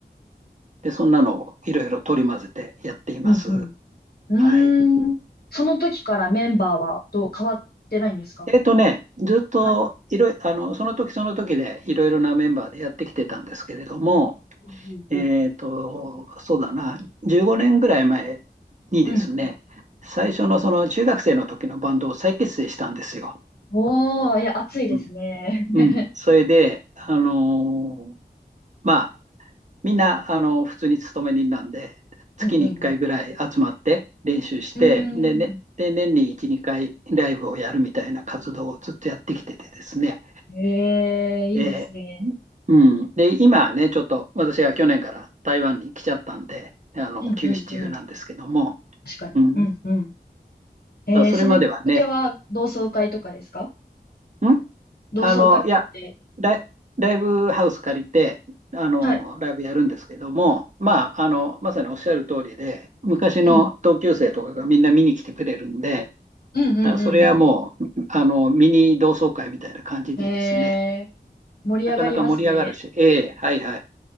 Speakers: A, on the right; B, on the left.
A: で、そんなのをいろいろ取り混ぜてやっています。
B: うん、うん。うーん。
A: はい。
B: その時からメンバーはどう変わってないんですか
A: えっとね、ずっといろいあの、
B: はい。
A: その時その時でいろいろなメンバーでやってきてたんですけれども、
B: うんうん
A: えっと、そうだな、15年ぐらい前にですね、
B: うん。うん
A: 最初のその中学生の時のバンドを再結成したんですよ。
B: おー、いや、暑いですね。
A: うん。うんそれで、
B: <laughs>
A: あのーまあ、みんな、あの、普通に勤め人なんで、月に1回ぐらい集まって練習して、
B: うんうんうん。
A: で、
B: うーん。
A: ね、で年に1、2回ライブをやるみたいな活動をずっとやってきててですね、
B: ええ、いいですね。
A: えーうん、で、今ね、ちょっと私は去年から台湾に来ちゃったんで、あの、
B: うんうんうん。
A: 休止中なんですけども、
B: 確かに。
A: うん、
B: うんうん。えー、
A: あそれまではね、
B: そのきっかけは同窓会とかですか
A: ん
B: 同窓会って。
A: あの、いや、ライ、ライブハウス借りて、あの、
B: はい。
A: ライブやるんですけども、まあ、あの、まさにおっしゃる通りで、昔の同級生とかがみんな見に来てくれるんで、
B: うん。うんうんうん
A: だからそれはもう、あの、ミニ同窓会みたいな感じでですね、
B: うん。えー、盛り上がりますね。
A: なかなか盛り上がるし、ええ、はいはい。